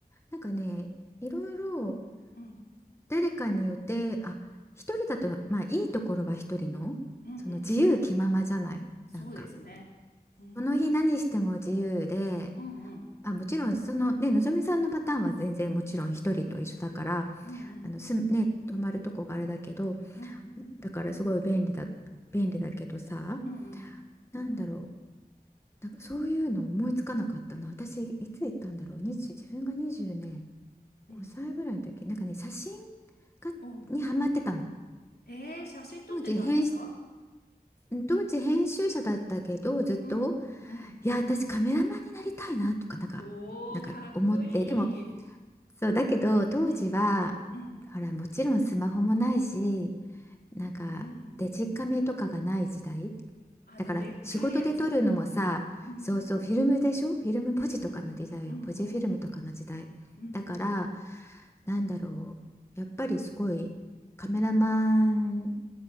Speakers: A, on the left; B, on the left.
A: なんかね、いろいろ
B: うん、
A: 誰かによって、あ、一人だと、まあいいところは一人の、
B: うんうん、
A: その自由気ままじゃない、
B: そうですね。
A: なんか。
B: うん、
A: その日何しても自由で、
B: うんうん、
A: あ、もちろんそのね、のぞみさんのパターンは全然もちろん一人と一緒だから、
B: うんうん、
A: あのすね、泊まるとこがあれだけど、
B: うん、
A: だからすごい便利だ、便利だけどさ、
B: うんうん、
A: なんだろう、なんかそういうの思いつかなかったな。私、いつ行ったんだろう、2自分が20ね、
B: うん、
A: 5歳ぐらいの時、なんかね、写真がにハマってたの。
B: おうん。えー、写真撮ってたんですか
A: 当時編集、うん当時編集者だったけど、ずっと、
B: うん、うん。
A: いや、私カメラマンになりたいなとか、なんか、
B: おー、
A: なんか思って、
B: かっこいい。
A: でも、そうだけど当時は
B: うん、うん、
A: ほらもちろんスマホもないしなんかデジカメとかがない時代
B: うん。あの、
A: だから仕事で撮るのもさそうそうフィルムでしょフィルムポジとかの時代よポジフィルムとかの時代だから
B: でっかいやつ。うん、うんうん、うんうん、うん。
A: なんだろうやっぱりすごいカメラマン